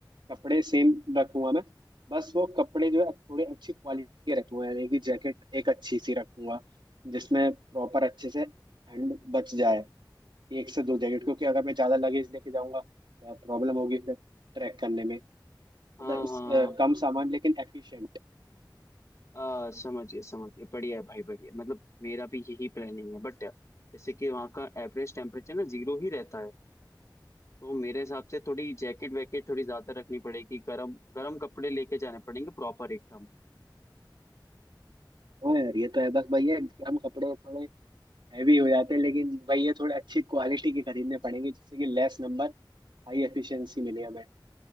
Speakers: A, on the right; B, on the left.
A: कपड़े सेम रखूंगा मैं बस वो कपड़े जो है थोड़े अच्छी क्वालिटी के रखूंगा यानी कि जैकेट एक अच्छी सी रखूंगा जिसमें प्रॉपर अच्छे से ठंड बच जाए एक से दो जैकेट क्योंकि अगर मैं ज़्यादा लगेज लेके जाऊंगा तो प्रॉब्लम होगी फिर ट्रैक करने में
B: हाँ
A: मतलब इस
B: हाँ
A: अ, कम सामान लेकिन एफिशिएंट
B: आ, समझिए समझिए बढ़िया है भाई बढ़िया मतलब मेरा भी यही प्लानिंग है बट जैसे कि वहाँ का एवरेज टेम्परेचर ना जीरो ही रहता है तो मेरे हिसाब से थोड़ी जैकेट वैकेट थोड़ी ज्यादा रखनी पड़ेगी गरम गरम कपड़े लेके जाने पड़ेंगे प्रॉपर एकदम
A: हाँ यार ये तो है बस भैया कम कपड़े थोड़े हैवी हो जाते हैं लेकिन भाई ये थोड़े अच्छी क्वालिटी के खरीदने पड़ेंगे जिससे कि लेस नंबर हाई एफिशिएंसी मिले हमें